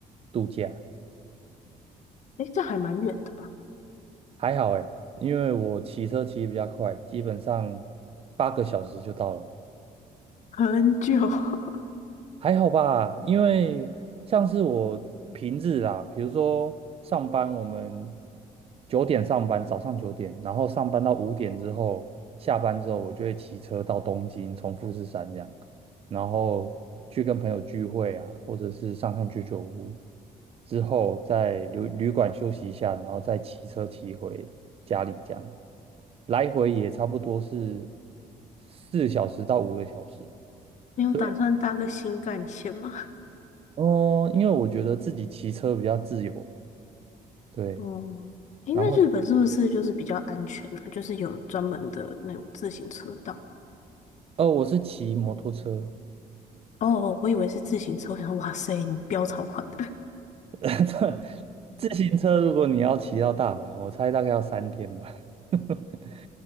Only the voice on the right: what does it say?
度假，
还好诶，因为我骑车骑得比较快，基本上八个小时就到了。
还好吧，因为像是我平日啦，比如说上班，我们九点上班，早上九点，然后上班到五点之后，下班之后，我就会骑车到东京，从富士山这样，然后去跟朋友聚会啊，或者是上上居酒屋，之后在旅旅馆休息一下，然后再骑车骑回家里这样，来回也差不多是四小时到五个小时。
所以。哦，因为我觉得自己骑车比较自由，对。
然后，
呃，我是骑摩托车，
<laughs> 自行车如果你要骑到大阪，我猜大概要三天吧。<laughs>